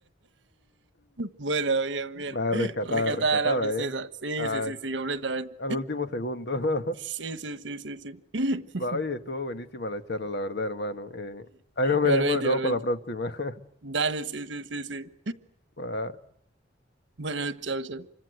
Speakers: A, on the right; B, on the left.
A: Bueno, bien, bien.
B: Va rescatada,
A: Rescatada
B: rescatada,
A: la princesa.
B: ¿eh?
A: Sí,
B: A-
A: sí, sí, sí, completamente.
B: al último segundo.
A: Sí,
B: <laughs>
A: sí, sí, sí, sí. <laughs>
B: Va, oye, estuvo buenísima la charla, la verdad, hermano. Eh, ahí nos veremos
A: Igualmente,
B: de nuevo
A: igualmente.
B: para la próxima. <laughs>
A: Dale, sí, sí, sí, sí.
B: Va.
A: Bueno, chao, chao.